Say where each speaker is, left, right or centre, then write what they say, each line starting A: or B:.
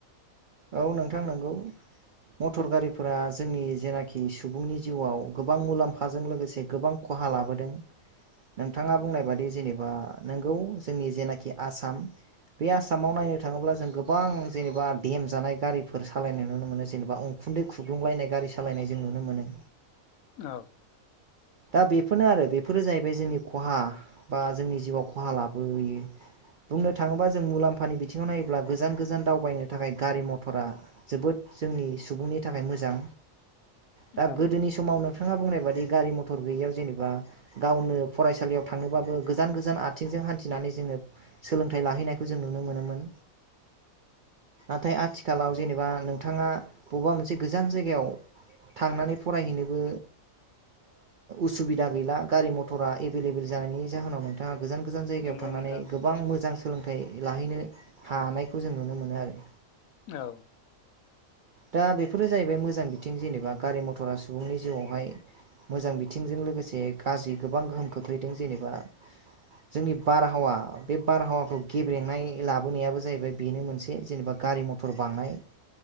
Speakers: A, on the right (about 65°); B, on the left (about 80°).
A: औ नोंथां नंगौ। मथर गारिफोरा जोंनि जेनाखि सुबुंनि जिउआव गोबां मुलाम्फाजों लोगोसे गोबां ख खहा लाबोदों। नोंथाङा बुंनाय बादि जेनेबा नोंगौ जोंनि जेनाखि आसाम बे आसामाव नायनो थाङोब्ला जों गोबां जेनेबा देम जानाय गारिफोर सालायनाय नुनो मोनो जेनेबा उखुन्दै खुग्लुंलायनाय गारि सालायनाय जों नुनो मोनो
B: औ
A: दा बेफोरनो आरो बेफोरो जाहैबाय जोंनि खहा बा जोंनि जिउआव खहा लाबोयो बुंनो थाङोबा जों मुलाम्फानि बिथिङाव नायोब्ला गोजान गोजान दावबायनो थाखाय गारि मथरा जोबोद जोंनि सुबुंनि थाखाय मोजां दा
B: औ
A: गोदोनि समाव नोंथाङा बुंनाय बादि गारि म मथर गैयियाव जेनेबा गावनो फरायसालियाव थाङोबाबो गोजान गोजान आथिंजों हान्थिनानै जोङो सोलोंथाइ लाहैनायखौ जों नुनो मोनोमोन। नाथाय आथिखालाव जेनेबा नोंथाङा बबेबा मोनसे गोजान जायगायाव थांनानै फरायहैनोबो उसुबिदा गैला गारि मथरा एभेलेबेल जानायनि जाहोनाव नोंथाङा गोजान गोजान जायगायाव
B: नंगौ
A: थांनानै
B: नोंथां
A: गोबां मोजां सोलोंथाइ लाहैनो थानायखौ जों नुनो मोनो आरो।
B: औ
A: दा बेफोरो जाहैबाय मोजां बिथिं जेनेबा गारि मथरा सुबुंनि जिउआवहाय मोजां बिथिंजों लोगोसे गाज्रि गोबां गोहोम खोख्लैदों जेनेबा जोंनि बारहावा बे बारहावाखौ गेब्रेंनाय लाबोनायाबो जाहैबाय बेनो मोनसे जेनेबा गारि मथर बांनाय